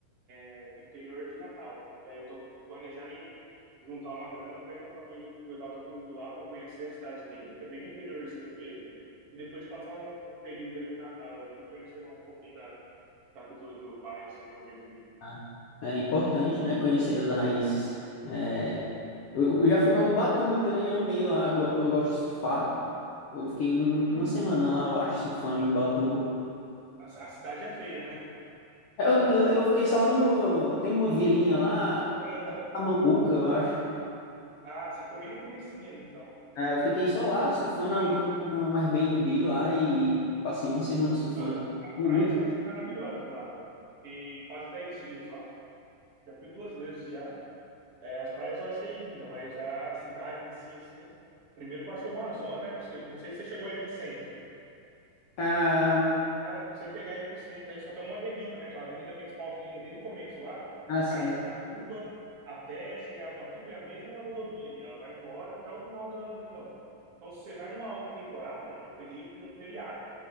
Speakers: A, on the right (about 40°); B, on the left (about 60°).
A: é do interior de Natal. E aí eu tô planejando em juntar uma grana para ir com a família, levar todo mundo lá para conhecer a cidade dele, que é bem no interiorzinho mesmo, e depois passar um, um período ali em Natal ali, conhecendo um pouquinho da, da cultura do meu pai, assim, de onde ele veio.
B: Ah, É importante, né? Conhecer as raízes. É, Eu, eu já fui para Ubatuba também, amei lá. Eu, go- eu gosto de surfar. Eu fiquei um- uma semana lá, eu acho, surfando em Ubatuba.
A: A, ci- a cidade é feia, né?
B: Eu, eu, eu fiquei só no. Tem uma vilinha lá,
A: Aham.
B: Mambuca, eu acho.
A: Ah, você ficou bem no comecinho ali, então.
B: Ah, eu fiquei só lá surfando, aluguei
A: Sim,
B: uma- um Airbnb lá e passei uma semana surfando.
A: aham. As
B: Foi
A: praias
B: muito.
A: eu achei maravilhosas lá. Eu fiquei quase 10 dias lá. Já fui duas vezes já. É, as praias eu achei linda, mas a cidade em si, assim, primeiro que eu achei uma zona, né? pra Você, não sei se você chegou aí pro centro.
B: Ah,
A: Cara, pra você pegar aí pro centro, aí só tem uma avenida, né? Aquela avenida principal que liga desde o começo lá,
B: assim.
A: de Caraguatatuba até chegar a Ubatuba, é a mesma rodovia ali, ela vai embora até o final da- do negócio. Então, se você vai numa alta temporada, mano, eu peguei e fui num feriado.